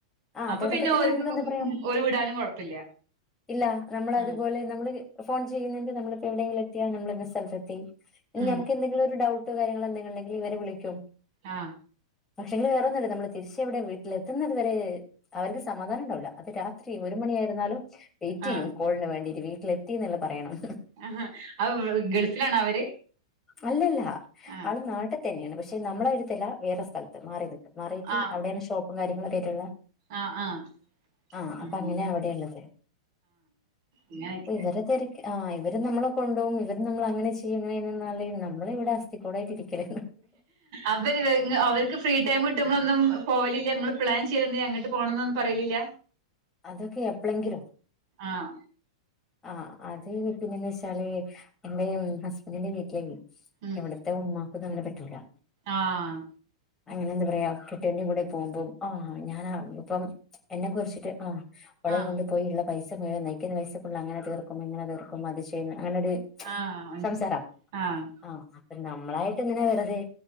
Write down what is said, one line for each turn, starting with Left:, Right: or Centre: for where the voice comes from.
Left: ആഹ്
Right: അപ്പൊ
Left: തുടക്കത്തിൽ
Right: പിന്നെ ഒരുക്ക്
Left: നമുക്ക് എന്താ പറയാ
Right: ഒരു വിടാനും കൊഴപ്പില്ല
Left: ഇല്ല നമ്മള്
Right: ആ
Left: അതുപോലെ നമ്മള് ഫോൺ ചെയ്യുന്നുണ്ട് നമ്മളിപ്പോ എവിടെയെങ്കില എത്തിയാ നമ്മള സ്ഥലത്തെത്തി ഇനി
Right: ഉം
Left: നമുക്ക് എന്തെങ്കിലും ഒരു ഡൗട്ട് ട്ടോ കാര്യങ്ങള എന്തെ ഉണ്ടെങ്കിൽ ഇവരെ വിളിക്കും
Right: ആഹ
Left: പക്ഷെങ്കില വേറെന്നുല്ല നമ്മ തിരിച്ചവിടെ വീ ട്ടില്എത്തുന്നത് വരെ അവർക്ക് സമാധാനം ഉണ്ടാവൂില്ല അത് രാത്രി ഒരു മണിയായിരുന്നാലും വെയിറ്റ്
Right: ആ
Left: ചെയ്യും കോളിന് വേണ്ടിട്ട് വീട്ട എത്തി ന്നുള്ളത് പറയണം
Right: ആഹ ആ ഗൾഫിലാണോ അവര്
Left: അല്ലല്ല
Right: ആ
Left: ആള് നാട്ടിൽ തന്നെയാണ് പ പക്ഷെ നമ്മളെ അടുത്തല്ല വേറെ സ്ഥലത്ത് മാറി നിക്കും മാറിയിട്ട്
Right: ആ
Left: അവിടെയണ്ഷോപ്പ് കാര്യങ്ങളൊക്ക ആയിട്ടുള്ള
Right: ആ ആ
Left: ആഹ
Right: ആഹ്
Left: അപ്പൊ അങ്ങനെയ അവിടെള്ളത്
Right: അങ്ങനൊക്കെ
Left: ഇവരെ തിരക്കിആ ഇവരെ ഇവര്നമ്മെ കൊണ്ട്പോകുംഇവര് നമ്മ അങ്ങനെ ചെയ്യുംങ്ങനചെയ്യുന്നല് നമ്മള ഇവിടെ അസ്ഥക്കൂട ആയിട്ട് ഇരിക്കേല്‌
Right: അപ്പ അവർക്ക് ഫ്രീ ടൈം കിട്ടുമ്പോളൊന്നും പോവലില്ല ങ്ങള്പ്ലാൻ്ചെയ്ത് അങ്ങോട്ട് പോകണം എന്നൊന്നും പറയിലില്ല
Left: അതൊക്കെ എപ്പളങ്കിലും
Right: ആഹ
Left: ആ അത് പിന്നെന്ന് വെച്ചാല് എന്റെ ഹസ്ബൻഡിന്റെ വീട്ടിലേ
Right: ഉം
Left: ഇവിടത്തെ ഉമ്മ അ
Right: ആഹ്
Left: <inaudible> അങ്ങനെ എന്താ പറയാ കിട്ട കൂടെ പോകുമ്പോം ആഹ് ഞാന ഇപ്പം <unintelligible> എന്നെ കുറിച്ചിട്ട് ആ് ഒളയും
Right: ആഹ്
Left: കൊണ്ട് പോയിള്ള പൈസ പോയ നയിക്കുന്ന പൈസ ഫൾ അങ്ങനെ തീർക്കുംങ്ങനെ തീർക്കും അത് ചെയ്യുന്ന അങ്ങനരു
Right: ആഹ്
Left: സംസാരം
Right: ആഹ്
Left: ആഹ അപ്പന്ത നമ്മളായിട്ട് എന്തിനാ വെറതെ